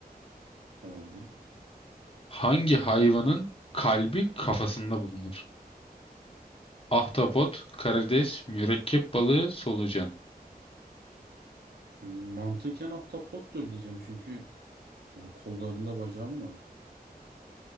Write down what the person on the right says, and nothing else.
<laughs> Tamamdır.
Şimdi mantıken ahtapottur diyeceğim çünkü yani kollarında bacağım vardı.